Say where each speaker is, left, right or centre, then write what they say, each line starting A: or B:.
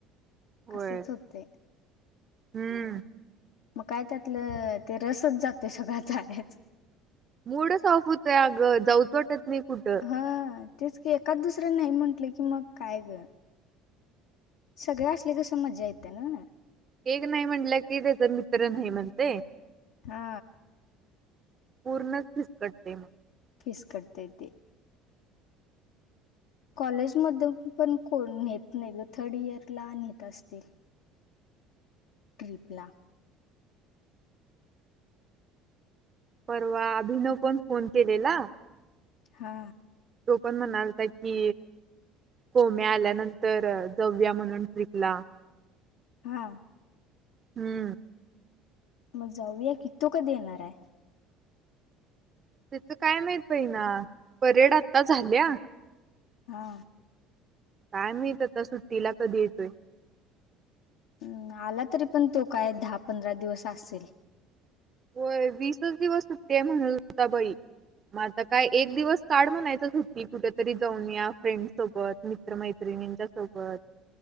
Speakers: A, on the right; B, on the left.
A: होय
B: असेच होतय
A: हम्म
B: मग काय त्यातलं ते रसच जातोय सगळा जायाचा
A: मूडच ऑफ होतोय अगं जाऊच वाटत नाही कुठं
B: हा तेच की एकात दुसऱ्या नाही म्हंटलं की मग काय ग सगळे असले की कस मज्जा येतीया नव्ह
A: एक नाही म्हटलं कि त्याचा मित्र नाही म्हणतय
B: हा
A: पूर्णच विस्कटतय मग
B: फीसकटतय ते कॉलेज मध्ये पण कोण नेत नाही थर्ड इयर ला नेत असतील ट्रिपला
A: परवा अभिनव पण फोन केलेला
B: हा
A: तो पण म्हणालता कि? कोम्यी आल्यानंतर जावूया म्हणून ट्रिपला
B: हा
A: हम्म
B: मग जाऊया की तो कधी येणार आहे
A: तेचं काय माहित बाईंना परेड आता झाल्या
B: हा
A: काय माहित आता सुट्टीला कधी येतोय?
B: हम्म आला तरी पण तो काय दहा पंधरा दिवस असेल
A: होय वीसच दिवस सुट्टी हाय म्हणालता. बाई मग आता काय एक दिवस काड म्हणायचं सुट्टी कुठेतरी जाऊन या फ्रेंड सोबत मित्र मैत्रिणींच्या सोबत